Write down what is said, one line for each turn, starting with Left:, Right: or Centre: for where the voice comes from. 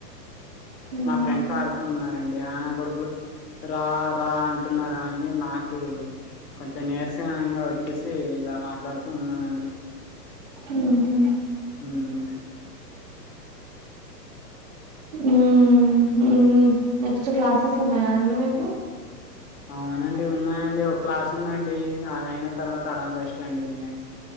Right: మ్మ్
Left: మా ఫ్రెండ్స్ ఆడుతూ ఉన్నారు !!!!! రా రా అంటున్నారు అని నాకు కొంచెం నీరసనంగా వచ్చేసి ఇలా మాట్లాడుతూ ఉన్నానండి
Right: ఉమ్
Left: ఉమ్
Right: ఉమ్ ఉమ్ నెక్స్ట్ క్లాసెస్ ఉంటాయా అండి మీకు
Left: అవునండి ఉన్నాయండి ఒక క్లాస్ ఉందండి అది అయిన తర్వాత అరాం రెస్ట్ అండి ఇంకా